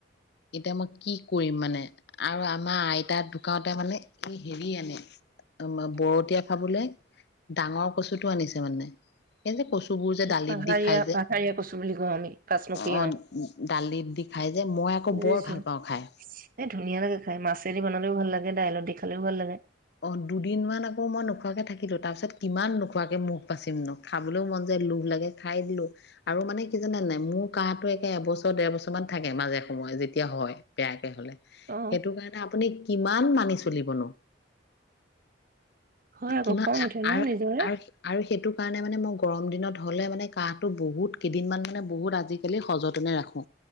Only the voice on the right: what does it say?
পাহাৰীয়া
পাহাৰীয়া কচু বুলি কওঁ আমি পাঁচমুখী
বুছো
এ ধুনীয়া লাগে খাই। মাছেদি বনালেও ভাল। ভাল লাগে দাইলততি খালেও ভাল লাগে।
অ
হয় আকৌ
খং উঠে ন
নিজৰে